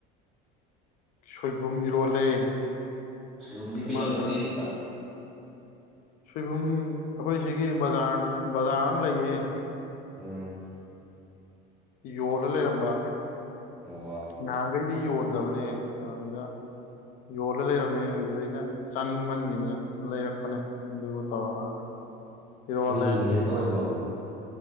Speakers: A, on the left; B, in the centre.
A: ꯁꯣꯏꯕꯨꯝ ꯏꯔꯣꯜꯂꯦ
B: ꯔꯨꯝꯗꯤ
A: ꯑꯃꯅ
B: ꯀꯩ ꯂꯝꯗꯩ ꯂꯩꯔꯤꯕ꯭ꯔꯥ
A: ꯁꯣꯏꯕꯨꯝ ꯑꯩꯈꯣꯏ ꯁꯤꯒꯤ ꯕꯖꯥꯔ ꯕꯖꯥꯔ ꯑꯃ ꯂꯩꯌꯦꯦ
B: ꯑꯝ
A: ꯌꯣꯗ ꯂꯩꯔꯝꯕ
B: ꯑꯣ
A: ꯅꯥꯍꯟꯒꯩ ꯁꯤ ꯌꯣꯟꯗꯕꯅꯦ ꯑꯗꯨꯗ ꯌꯣꯜꯂ ꯂꯩꯔꯝꯃꯦ ꯑꯗꯨꯗ ꯑꯩꯅ ꯆꯥꯅꯤꯡꯃꯟꯈꯤꯗꯅ ꯂꯩꯔꯛꯄꯅꯦ ꯑꯗꯨ ꯇꯧꯔꯒ ꯏꯔꯣꯜꯂꯦ
B: ꯅꯣꯏꯗꯤ ꯃꯦꯁ ꯇꯧꯔꯤꯕꯣ